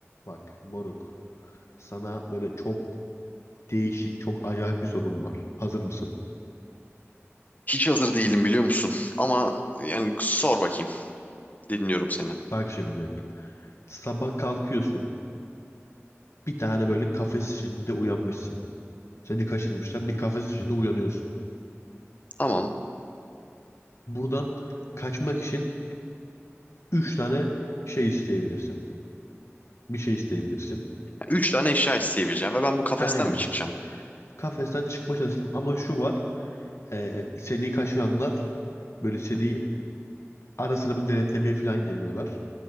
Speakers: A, on the left; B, on the left.
A: Bak moruk. Sana böyle çok değişik, çok acayip bir sorum var. Hazır mısın?
B: Hiç hazır değilim biliyor musun? Ama yani sor bakayım. Dinliyorum seni.
A: Bak şimdi. Sabah kalkıyorsun. Bir tane böyle kafes içinde uyanmışsın. Seni kaçırmışlar. Bir kafes içinde uyanıyorsun.
B: Tamam.
A: Buradan kaçmak için 3 tane şey isteyebilirsin. Bir şey isteyebilirsin.
B: Üç tane eşya isteyebileceğim ve ben bu kafesten
A: Aynen.
B: mi çıkacağım?
A: Kafesten çıkma çalıştın ama şu var. Ee, seni kaçıranlar böyle seni ara sıra bir denetlemeye falan geliyorlar.